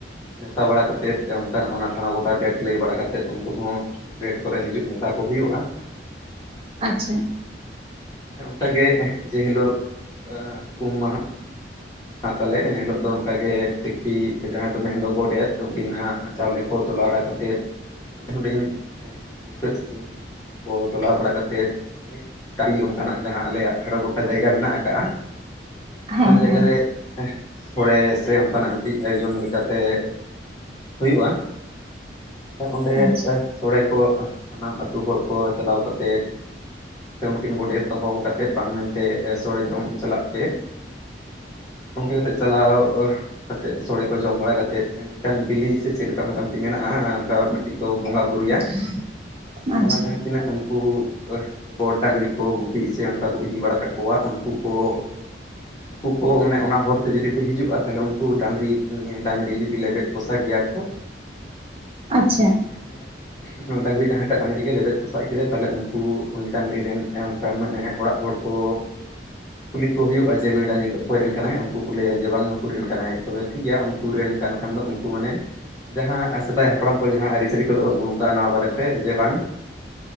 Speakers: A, on the left; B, on the right.
A: ᱱᱮᱶᱛᱟ ᱵᱟᱲᱟ ᱠᱟᱛᱮᱫ ᱚᱱᱠᱟᱱ ᱚᱱᱟ ᱴᱷᱟᱬᱚ ᱜᱚᱴᱟ ᱰᱮᱴ ᱞᱟᱹᱭ ᱵᱟᱲᱟ ᱠᱟᱛᱮᱫ ᱩᱱᱠᱩ ᱦᱚᱸ ᱰᱮᱴ ᱠᱚᱨᱮ ᱦᱤᱡᱩᱜ ᱢᱮᱛᱟ ᱠᱚ ᱦᱩᱭᱩᱜᱼᱟ᱾
B: ᱟᱪᱪᱷᱟ
A: ᱚᱱᱠᱟ ᱜᱮ ᱡᱮ ᱦᱤᱞᱳᱜ ᱩᱢ ᱢᱟᱦᱟ ᱦᱟᱸᱜ ᱛᱟᱦᱚᱞᱮ ᱤᱱᱟᱹ ᱦᱤᱞᱳᱜ ᱫᱚ ᱚᱱᱠᱮ ᱴᱤᱠᱴᱤ ᱡᱟᱦᱟᱸᱭ ᱫᱚ ᱢᱮᱱᱫᱚ ᱜᱚᱰᱮᱛ ᱩᱱᱠᱤ ᱱᱟᱦᱟᱜ ᱪᱟᱣᱞᱮ ᱠᱚ ᱛᱚᱞᱟ ᱵᱟᱲᱟ ᱠᱟᱛᱮᱫ ᱛᱮᱫ ᱦᱩᱰᱤᱧ ᱦᱩᱰᱤᱧ ᱵᱩᱥᱟᱹᱫ ᱥᱤᱢ ᱠᱚ ᱛᱚᱞᱟᱣ ᱵᱟᱲᱟ ᱠᱟᱛᱮᱫ ᱢᱤᱫ ᱠᱟᱹᱨᱤ ᱚᱱᱠᱟᱱᱟᱜ ᱡᱟᱦᱟᱸ ᱟᱞᱮᱭᱟᱜ ᱴᱷᱟᱲ ᱜᱚᱴᱟ ᱡᱟᱭᱜᱟ ᱢᱮᱱᱟᱜ ᱟᱠᱟᱟᱜ-ᱟ ᱚᱱᱟ
B: ᱦᱮᱸ
A: ᱡᱟᱭᱜᱟ
B: ᱦᱮᱸ
A: ᱨᱮ ᱥᱳᱲᱮ ᱥᱮ ᱚᱱᱠᱟᱱᱟᱜ ᱢᱤᱫᱴᱤᱡ ᱟᱭᱳᱡᱚᱱ ᱞᱮᱠᱟᱛᱮ ᱦᱩᱭᱩᱜ-ᱟ ᱚᱸᱰᱮ
B: ᱟᱪᱪᱷᱟ
A: ᱥᱳᱲᱮ ᱠᱚ ᱥᱟᱱᱟᱢ ᱟᱹᱛᱩ ᱦᱚᱲ ᱠᱚ ᱪᱟᱞᱟᱣ ᱠᱟ ᱠᱟᱛᱮᱫ ᱥᱮ ᱩᱱᱠᱤᱱ ᱜᱚᱰᱮᱛ ᱦᱚᱦᱚ ᱠᱟᱛᱮᱮᱫ ᱵᱟᱝ ᱢᱮᱱᱛᱮ ᱥᱳᱚᱲᱮ ᱡᱚᱢ ᱪᱟᱞᱟᱜ ᱯᱮ ᱚᱱᱠᱟ ᱠᱟᱛᱮᱜ ᱪᱟᱞᱟᱣ ᱚᱱᱠᱟ ᱠᱟᱛᱮᱫ ᱥᱳᱲᱮ ᱠᱚ ᱡᱚᱢ ᱵᱟᱲᱟ ᱠᱟᱛᱮ ᱢᱤᱫᱴᱟᱝ ᱵᱤᱞᱤ ᱥᱮ ᱪᱮᱫ ᱞᱮᱠᱟ ᱚᱱᱠᱟ ᱢᱤᱫᱴᱮᱱ ᱢᱮᱱᱟᱜᱼᱟ ᱢᱤᱫᱴᱤᱡ ᱠᱚ ᱵᱚᱸᱜᱟ ᱵᱳᱩᱨᱩᱭᱟ
B: <inaudible> ᱟᱪᱪᱷᱟ
A: ᱚᱱᱟ ᱡᱟᱦᱟᱸ ᱛᱤᱱᱟᱹᱜ ᱩᱱᱠᱩ ᱜᱚᱰ ᱰᱟᱹᱟᱝᱨᱤ ᱠᱚ ᱜᱩᱯᱤ ᱥᱮ ᱚᱱᱠᱟ ᱠᱚ ᱤᱫᱤ ᱵᱟᱲᱟ ᱠᱟ ᱩᱱᱠᱩ ᱠᱚᱣᱟᱜ ᱩᱱᱠᱩ ᱠᱚ ᱢᱟᱱᱮ ᱚᱱᱟ ᱦᱚᱨᱛᱮ ᱡᱩᱫᱤ ᱠᱚ ᱦᱤᱡᱩᱜᱼᱟ ᱛᱟᱦᱚᱞᱮ ᱩᱱᱠᱩ ᱰᱟᱝᱨᱤ ᱰᱟᱹᱟᱝᱨᱤ ᱡᱩᱫᱤ ᱞᱮᱵᱮᱫ ᱯᱚᱥᱟ ᱜᱮᱭᱟ ᱠᱚ᱾
B: ᱟᱪᱪᱷᱟ
A: ᱦᱮᱸ ᱰᱟᱹᱝᱨᱤ ᱡᱟᱦᱟᱸᱭᱴᱟᱜ ᱰᱟᱝᱝᱨᱤ ᱜᱮ ᱞᱮᱵᱮᱫ ᱯᱚᱥᱟᱜ ᱠᱮᱫᱟᱭ ᱛᱟᱦᱚᱞᱮ ᱩᱱᱠᱩ ᱩᱱᱤ ᱰᱟᱹᱝᱨᱤ ᱨᱮᱱ ᱮᱢ ᱠᱟᱱᱟᱱ ᱢᱟᱱᱮ ᱚᱲᱟᱜ ᱦᱚᱲ ᱠᱚ ᱠᱩᱞᱤ ᱠᱚ ᱦᱩᱭᱩᱜᱼᱟ ᱡᱮ ᱱᱩᱭ ᱰᱟᱹᱝᱨᱤ ᱫᱚ ᱚᱠᱚᱭ ᱨᱮᱱ ᱠᱟᱱᱟᱭ ᱩᱱᱠᱩ ᱠᱚ ᱞᱟᱹᱭᱟ ᱡᱮ ᱵᱟᱝ ᱱᱩᱠᱩ ᱨᱮᱱ ᱠᱟᱱᱟᱭ ᱛᱚᱵᱮ ᱴᱷᱤᱠ ᱜᱮᱭᱟ ᱩᱱᱠᱩ ᱨᱮᱱ ᱠᱟᱱ ᱠᱷᱟᱱ ᱫᱚ ᱩᱱᱠᱩ ᱢᱟᱱᱮ ᱡᱟᱦᱟᱸ ᱥᱮᱫᱟᱭ ᱦᱟᱯᱲᱟᱢ ᱠᱚ ᱡᱟᱦᱟᱸ ᱟᱹᱨᱤᱪᱟᱹᱞᱤ ᱠᱚ ᱫᱚᱦᱚ ᱟᱹᱜᱩ ᱟᱠᱟᱫᱟᱼᱟ ᱱᱚᱣᱟ ᱵᱟᱨᱮ ᱛᱮ ᱡᱮ ᱵᱟᱝ